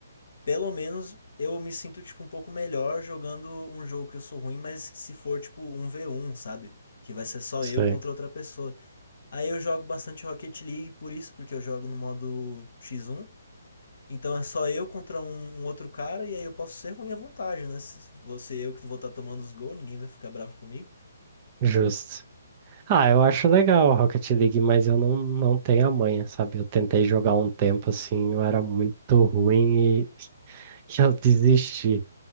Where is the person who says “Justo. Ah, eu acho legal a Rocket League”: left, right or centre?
Right